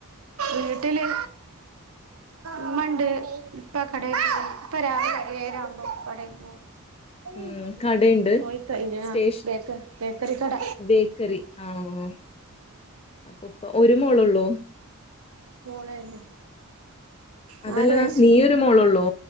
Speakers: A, on the right; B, on the left.
A: വീട്ടില് ഇമ്മണ്ട് ഇപ്പ കടേ പോയി ഇപ്പ രാവിലെ ഏഴരാവുമ്പോ കടേ പോവും. ആഹ്
B: ഉം കടയുണ്ട്
A: പോയിക്കഴിഞ്ഞാ
B: സ്റ്റേഷൻ
A: ബേക്ക ബേക്കറി കട.
B: ബേക്കറി ആഹ് അപ്പൊപ്പ ഒര് മോളൊള്ളൊ?
A: ണ്ടായ്ന്നു നാല്
B: അതല്ലടാ
A: വയസ്സ്
B: നീ ഒരു മോളൊള്ളൂ